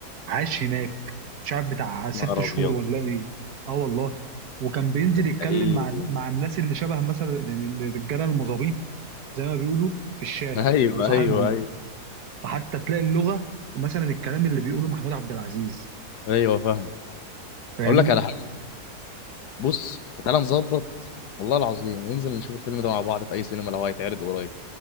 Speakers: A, on the right (about 70°); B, on the left (about 80°).
A: عاش هناك مش عارف بتاع ست
B: نهار
A: شهور
B: ابيض
A: ولا ايه اه والله وكان بينزل
B: ده تلاقيه
A: يتكلم مع مع الناس اللي شبه مثلا يعني الرجاله المظابيط زي ما بيقولوا في الشارع
B: <laughs> ايوه
A: وصاحبهم
B: ايوه ايوه
A: فحتى تلاقي اللغه مثلا الكلام اللي بيقوله محمود عبد العزيز
B: ايوه فاهم
A: فاهمني
B: اقول لك على حاجه بص تعالى نظبط والله العظيم وننزل نشوف الفيلم ده مع بعض في اي سينما لو هيتعرض قريب